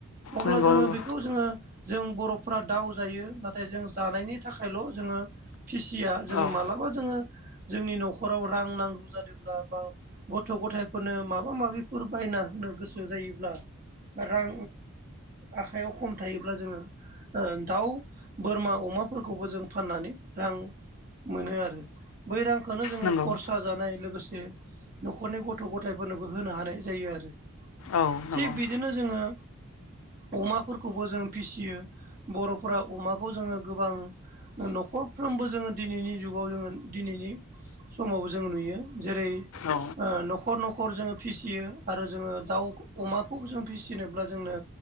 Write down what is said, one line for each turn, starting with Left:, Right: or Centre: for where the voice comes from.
Right: अब्ला
Left: नंगौ
Right: जोङो
Left: नंगौ
Right: बेखौ जोङो जों बर'फ्रा दाव जायो नाथाय जों जानायनि थाखायल' जोङो फिसिया जोङो
Left: औ
Right: मालाबा जोङो जोंनि न'खराव रां नांगौ जादोंब्ला बा गथ' गथाइ फोरनो माबा माबिफोर बायना होनो गोसो जायोब्ला रां आखाइयाव खम थायोब्ला जोङो दाउ बोरमा अमाफोरखौबो जों फाननानै रां मोनो आरो बै रांखौनो जोङो
Left: नंगौ
Right: खरसा जानाय लोगोसे न'खरनि गथ' गथ' गथायफोरनोबो होनो हानाय जायो आरो
Left: औ नंगौ
Right: थिग बिदिनो जोङो अमाफोरखौबो जों फिसियो बर'फोरा अमाखौ जोङो गोबां न'खरफ्रोमबो जोङो दिनैनि जुगाव जोङो दिनैनि समावबो जों नुयो जेरै
Left: औ
Right: ओ न'खर न'खर जोङो फिसियो आरो जोङो दाउ अमाखौ जों फिसिनोब्ला जोंनो